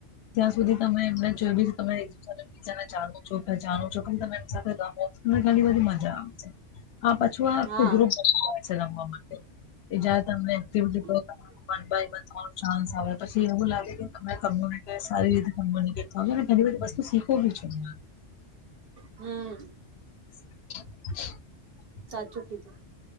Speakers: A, on the left (about 65°); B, on the right (about 60°).
A: ત્યાં સુધી તમે એમને જોી ને જાણું છું પ જાણું છું પણ તમે એમની સાથે ગો અને ઘણી બધી મજા આવે છે આ પછું આ
B: હા
A: ખુગ્રુપ બ છે રમવા માટે એજાત અમેને તો
B: <inaudible>
A: બન થવા ચાન્સ આવે પછી એવું લાગે કે તમને સારી રીતે ચો ને ઘણી બધી વસ્તુ સીખો બી છો ને
B: હમ
A: <unintelligible>
B: સાચું કીધું